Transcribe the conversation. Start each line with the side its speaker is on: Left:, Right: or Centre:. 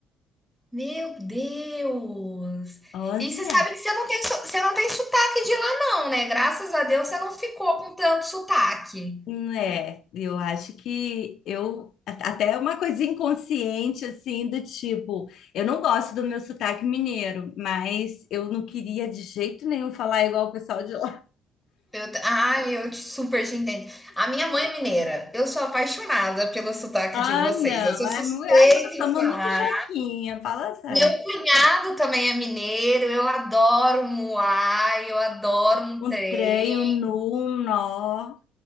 Centre: Meu Deus!
Left: <laughs> onze
Centre: E você sabe que você não tem, so- você não tem sotaque de lá, não, né? Graças a Deus você não ficou com tanto sotaque.
Left: né eu acho que eu a- até uma coisa inconsciente assim do tipo, eu não gosto do meu sotaque mineiro, mas eu não queria de jeito nenhum falar igual o pessoal de lá. <laughs>
Centre: Eu, t- ai, eu te- super te entendo. A minha mãe é mineira. Eu sou apaixonada pelo sotaque
Left: Ah,
Centre: de vocês.
Left: não,
Centre: Eu
Left: é,
Centre: sou
Left: mu-
Centre: suspeita
Left: ah, nós
Centre: em
Left: somos
Centre: falar.
Left: muito jequinha, fala sério.
Centre: Meu cunhado também é mineiro. Eu adoro um muai, eu adoro um
Left: Um
Centre: trem.
Left: trem, um nu, um nó.